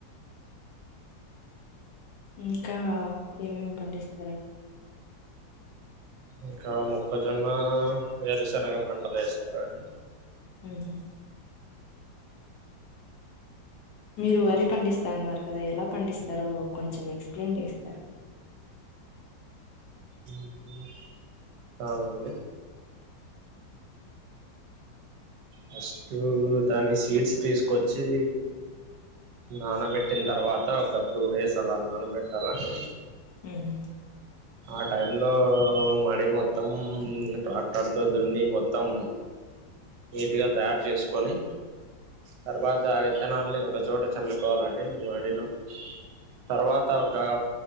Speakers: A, on the left; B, on the right.
A: ఇంకా ఏమేమి పండిస్తారం
B: ఇంకా ముొక్కజొన్న వేరుశనగ పంటలు వేస్తారండి
A: ఉ మ్ మీరు వరి పండిస్తన్నారు కదా ఎలా పండిస్తారో కొంచెం ఎక్స్ప్లెయిన్ చేస్తారా
B: ఉమ్ఆ అండి ఫస్ట్ దాని సీడ్స్ తీసుకొచ్చి నానబెట్టిన తర్వాత ఒక టూ డేస్ అలా నానబెట్టాలండి
A: మ్మ్.
B: ఆ టైమ్ లో మార్నింగ్ మొత్తం ట్రాక్టర్తో ధునీ మొత్తం నీట్గా తయారు చేసుకొని తర్వాత ఆ విత్తనాల్ని ఒకచోట చల్లుకోవాలండి వాడిలో తర్వాత ఒక